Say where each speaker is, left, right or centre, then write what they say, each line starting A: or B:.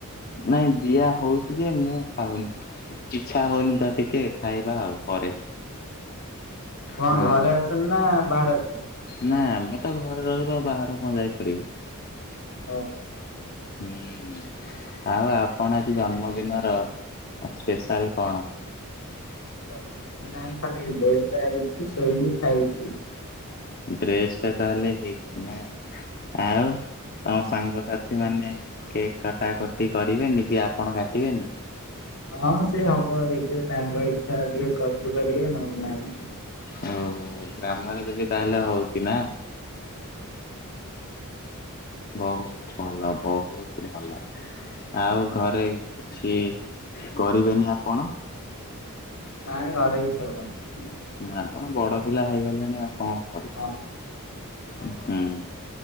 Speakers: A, on the left (about 45°); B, on the left (about 80°).
A: ନାଇଁ ଦିଆ ହଉଛି ଯେ ମୁଁ ଖାଉନି ଇଚ୍ଛା ହଉନି ତ ଟିକେ ଖାଇବା ଆଉ ପରେ।
B: କଁ
A: ହଁ
B: ଘରେ ଅଛ ନାଁ ବାହାରେ ଅଛ?
A: ନାଁ ଆମେ ତ ଘରେ ରହିଲୁ ଆଉ ବାହାରୁ କଁ ଯାଇପାରିବୁ?
B: ଅହ।
A: ହୁଁ। ଆଉ ଆପଣ ଆଜି ଜନ୍ମଦିନର ଅ ସ୍ପେଶାଲ୍ କଣ?
B: ତ ଆଉ କିଛି ନାହିଁ ଖାଲି ଡ୍ରେସ୍ ଟା ହେଇଚି ଶୋଇକି ଖାଇବୁ ପିଇ
A: ଡ୍ରେସ୍ ଟା ତାହଲେ ହେଇଚି ନାଁ
B: ଆଜି
A: ଆଉ ତମ ସାଙ୍ଗସାଥି ମାନେ କେକ୍ କାଟାକଟି କରିବେନି କି ଆପଣ କାଟିବେନି?
B: ହଁ ସେ ହବ ଦେଖିବେ ତାଙ୍କ ଇଚ୍ଛା ଯିଏ କରିବେ କରିବେ ନହେଲେ ନାଇଁ।
A: ଓହୋ ଗ୍ରାମରେ ଯଦି ତାହେଲେ ହଉଚ ନାଁ? ବହୁତ ଭଲ ବହୁତ ଭଲ। ଆଉ ଘରେ କିଛି କରିବେନି ଆପଣ?
B: ନାଇଁ ଘରେ କିଛ ହବନି।
A: ଆପଣ ବଡ ପିଲା ହେଇଗଲେଣି ଆଉ କଣ କରିବେ
B: ହଁ।
A: ହୁଁ।